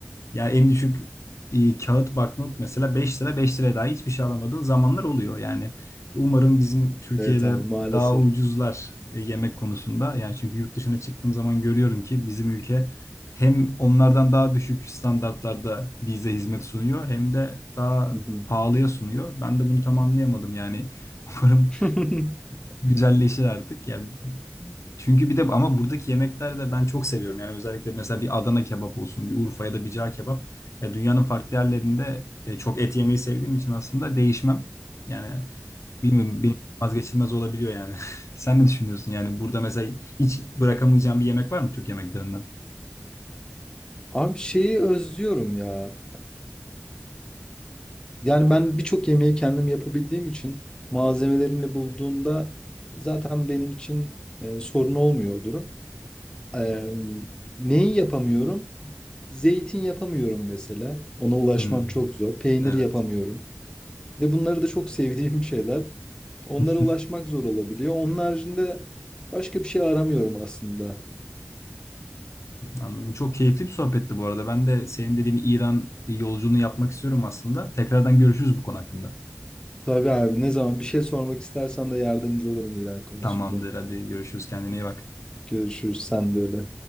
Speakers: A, on the left (about 80°); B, on the left (about 15°).
A: yani en düşük e, kağıt banknot mesela beş lira 5 liraya daha hiçbir şey alamadığın zamanlar oluyor. Yani umarım bizim Türkiye'de
B: Evet abi maalesef.
A: daha ucuzlar e, yemek konusunda. Yani çünkü yurt dışına çıktığım zaman görüyorum ki bizim ülke hem onlardan daha düşük standartlarda bize hizmet sunuyor hem de daha
B: <laughs>
A: pahalıya sunuyor. Ben de bunu tam anlayamadım yani. <laughs> Umarım
B: <laughs>
A: güzelleşir artık. Yani çünkü bir de ama buradaki yemekler de ben çok seviyorum. Yani özellikle mesela bir Adana kebap olsun, bir Urfa ya da bir cağ kebap. Ya dünyanın farklı yerlerinde e, çok et yemeyi sevdiğim için aslında değişmem. Yani bilmiyorum benim vazgeçilmez olabiliyor yani. <laughs> Sen ne düşünüyorsun? Yani burada mesela hiç bırakamayacağım bir yemek var mı Türk yemeklerinden?
B: Abi şeyi özlüyorum ya. Yani ben birçok yemeği kendim yapabildiğim için malzemelerimle bulduğumda zaten benim için e, sorun olmuyor o durum. Eee, neyi yapamıyorum? Zeytin yapamıyorum mesela. Ona ulaşmam
A: Hmm,
B: çok zor. Peynir
A: evet.
B: yapamıyorum. Ve bunları da çok <laughs> sevdiğim şeyler. Onlara
A: <laughs>
B: ulaşmak zor olabiliyor. Onun haricinde başka bir şey aramıyorum aslında.
A: Anladım. Çok keyifli bir sohbetti bu arada. Ben de senin dediğin İran yolculuğunu yapmak istiyorum aslında. Tekrardan görüşürüz bu konu hakkında.
B: Tabii abi ne zaman bir şey sormak istersen de yardımcı olurum İran konusunda.
A: Tamamdır. Hadi görüşürüz. Kendine iyi bak.
B: Görüşürüz sen de öyle.